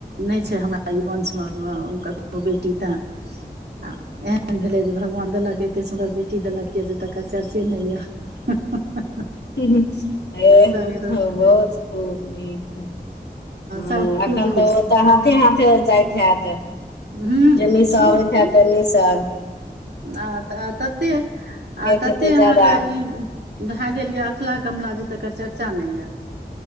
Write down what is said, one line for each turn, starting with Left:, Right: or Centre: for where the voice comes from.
Right: नै छै हमरा ई वंशमे ककरो बेटी तऽँ आ एहन भेलै जे भगवान देलक एतेक सुन्दर बेटी देलक यए जे तकर चर्चे नै यए <unintelligible>
Left: <unintelligible> बहुत
Right: एकदम
Left: खूब नीक ह
Right: सब खूब
Left: एखन
Right: खुश
Left: तऽ ओतऽ हाथे हाथे जाए हेत
Right: ह
Left: जन्नीसँ
Right: खूब
Left: अबैत
Right: की
Left: हैत ओनीसँ
Right: आ तऽ ततें
Left: हेत
Right: आ ततें
Left: हेतै
Right: अहाँके
Left: जादा ह
Right: ई भए गेल यए अखला कमला जे तकर चर्चा नै यए